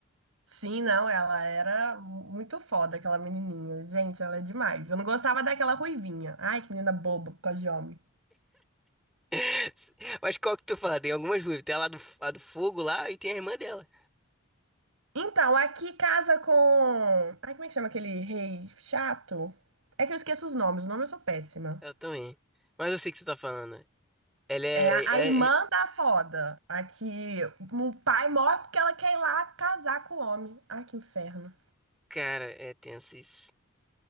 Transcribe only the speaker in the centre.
<laughs> Mas qual que tu fala? Tem algumas dúvidas. Tem a lá do, a do fogo lá e tem a irmã dela.
Ela também. Mas eu sei o que você tá falando. Ela é,
é-
é-
Cara, é tenso isso.